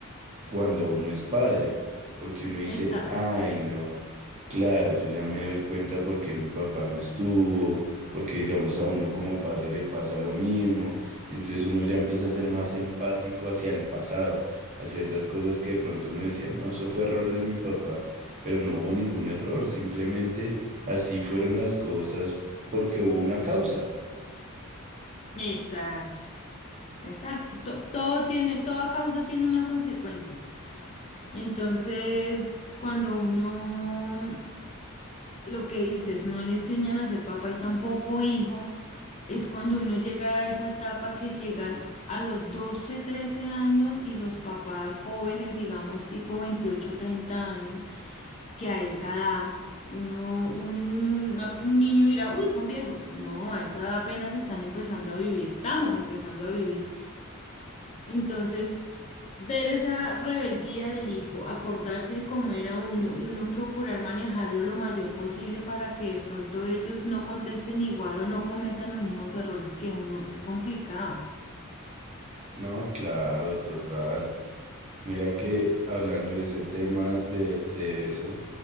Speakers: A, on the right; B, on the left.
A: cuando uno es padre, porque uno dice,
B: Exacto,
A: ay, no, claro, yo ya me doy cuenta porque mi papá no estuvo, porque digamos a uno como padre le pasa lo mismo, entonces uno ya empieza a ser más empático hacia el pasado, hacia esas cosas que de pronto uno decía, no, eso fue error de mi papá, pero no hubo ningún error, simplemente así fueron las cosas porque hubo una causa.
B: exacto, exacto. To- Todo tiene, toda causa tiene una consecuencia. Entonces, cuando uno, mm, lo que dices, no le enseñan a ser papá y tampoco hijo, es cuando uno llega a esa etapa que llegan a los 12, 13 años y los papás jóvenes, digamos tipo 28, 30 años. que a esa edad uno, un, una- un niño dirá, uy, son viejos. No, a esa edad apenas están empezando a vivir, estamos empezando a vivir. Entonces, ver esa rebeldía del hijo, acordarse de cómo era uno y uno procurar manejarlo lo mayor posible para que de pronto ellos no contesten igual o no cometan los mismos errores que uno, es complicado.
A: No, claro, total. Mira que hablando de ese tema, de, de eso,